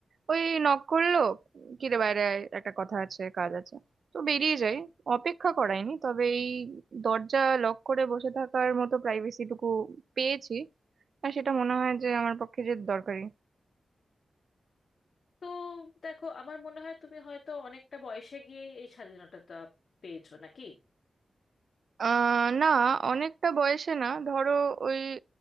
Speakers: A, on the right (about 70°); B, on the left (about 55°).
A: ওই নক করলো কি রে বাইরে আয়, একটা কথা আছে কাজ আছে তো বেরিয়ে যাই অপেক্ষা করায়নি তবে এই দরজা লক করে বসে থাকার মতো প্রাইভেসিটুকু পেয়েছি আর সেটা মনে হয় যে আমার পক্ষে যে দরকারি
B: তো দেখো আমার মনে হয় তুমি হয়তো অনেকটা বয়সে গিয়েই এই স্বাধীনতাটা পেয়েছো নাকি
A: আহ না অনেকটা বয়সে না ধরো ওই